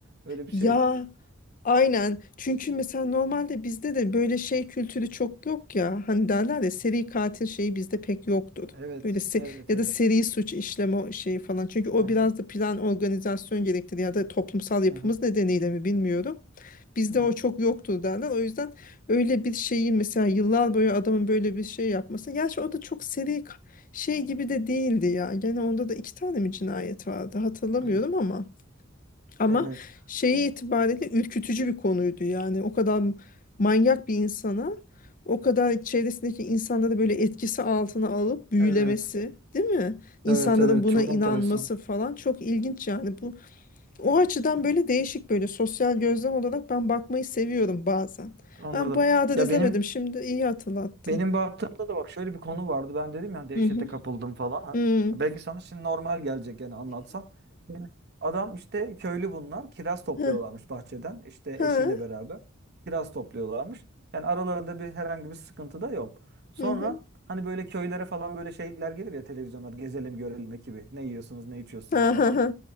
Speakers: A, on the right; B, on the left.
A: Öyle bir
B: ya
A: şey.
B: aynen. Çünkü mesela normalde bizde de böyle şey kültürü çok yok ya. Hani derler ya seri katil şeyi bizde pek yoktur.
A: Evet.
B: Böyle se-
A: Evet.
B: ya
A: Evet.
B: da seri suç işleme şeyi falan. Çünkü o
A: Aha,
B: biraz da plan organizasyon gerektirir ya da toplumsal yapımız
A: aha,
B: nedeniyle mi bilmiyorum. Bizde
A: hı hı,
B: o çok yoktu derler. O yüzden öyle bir şeyi mesela yıllar boyu adamın böyle bir şey yapması. Gerçi o da çok seri ka- şey gibi de değildi ya. Gene onda da iki tane mi cinayet vardı hatırlamıyorum
A: <clears throat> hı.
B: ama. Ama
A: Evet.
B: şeyi itibariyle ürkütücü bir konuydu. Yani o kadar manyak bir insana o kadar çevresindeki insanları böyle etkisi altına alıp büyülemesi,
A: Evet.
B: değil mi? İnsanların
A: Evet. Evet.
B: buna
A: Çok
B: inanması
A: enteresan.
B: falan çok ilginç yani bu o açıdan böyle değişik böyle sosyal gözlem olarak ben bakmayı seviyorum bazen.
A: Anladım.
B: Ben bayağıdır
A: Ya
B: izlemedim.
A: benim
B: Şimdi iyi hatırlattın.
A: Benim baktığımda da bak şöyle bir konu vardı. Ben dedim ya dehşete
B: Hı hı.
A: kapıldım falan. Ha,
B: Hı.
A: Belki sana şimdi normal gelecek yani anlatsam. Yani adam işte köylü bunlar. Kiraz topluyorlarmış
B: Hı.
A: bahçeden. İşte
B: Ha.
A: eşiyle beraber kiraz topluyorlarmış. Yani aralarında bir herhangi bir sıkıntı da yok. Sonra
B: Hı hı.
A: hani böyle köylere falan böyle şeyler gelir ya televizyonlar gezelim görelim ekibi. Ne yiyorsunuz ne içiyorsunuz
B: Ha,
A: falan.
B: ha, ha.